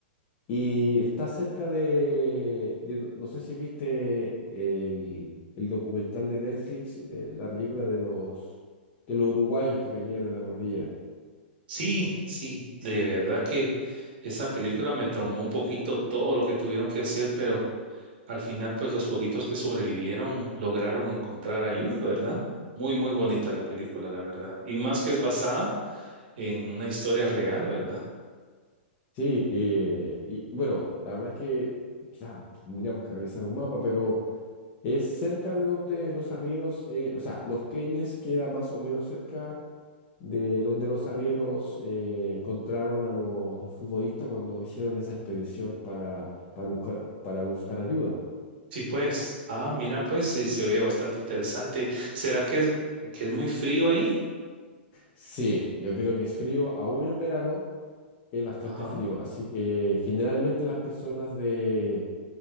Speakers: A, on the left; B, on the right.
A: y está cerca de, de do- no sé si viste el, el documental de Netflix, eh, la película de los, de los uruguayos que cayeron en la cordillera.
B: Sí, sí, de verdad que esa película me traumó un poquito todo lo que tuvieron que hacer, pero... Al final, pues los poquitos que sobrevivieron lograron encontrar ayuda, ¿verdad? Muy, muy bonita
A: Sí,
B: la película, la verdad. Y más que es basada en una historia real, ¿verdad?
A: sí, eh, y bueno, la verdad es que quizás tendríamos que revisar un mapa, pero... Es cerca de donde los arrieros, eh, o sea, Los Queñes queda más o menos cerca de donde los arrieros eh, encontraron a los futbolistas cuando hicieron esa expedición para, para buscar, para buscar ayuda.
B: Sí, pues. Ah, mira, pues sí, se oye bastante interesante. ¿Será que es, que es muy frío ahí?
A: Sí, yo creo que es frío, aún en verano es bastante
B: Ajá.
A: frío, así que generalmente las personas de,